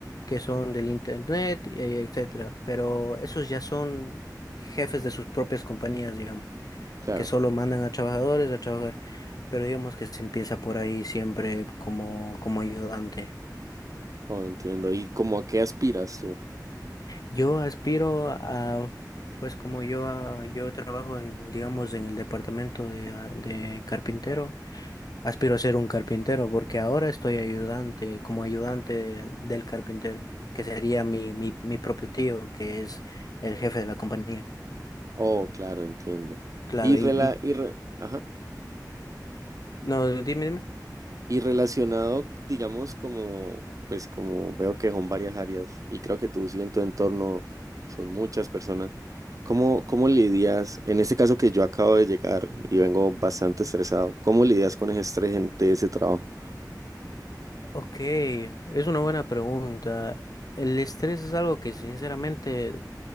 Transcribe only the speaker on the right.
claro.
Oh, entiendo. ¿Y cómo a qué aspiras tú?
Oh, claro, entiendo.
Y rela,
y re- ajá.
Y relacionado, digamos, como, pues como veo que son varias áreas y creo que tú sí en tu entorno son muchas personas, ¿cómo, cómo lidias, en este caso que yo acabo de llegar y vengo bastante estresado, ¿cómo lidias con ese estrés en- de ese trabajo?